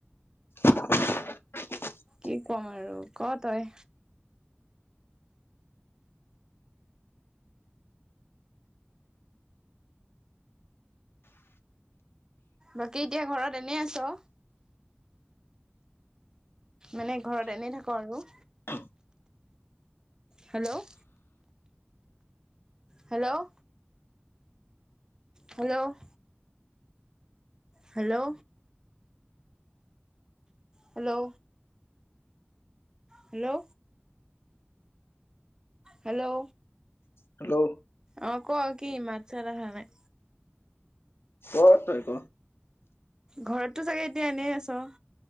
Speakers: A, on the left; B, on the right.
A: <unintelligible>
B: কি ক'ম আৰু ক তই। বাকী এতিয়া ঘৰত এনেই আছ। মানে ঘৰত এনে থাকোঁ আৰু।
A: অ।
B: Hello. Hello hello. ' Hello. Hello hello hello.
A: Hello
B: অহ ক কি মাত চাত আহা নাই।
A: এই তই ক?
B: ঘৰতটো চাগে এতিয়া এনেই আছ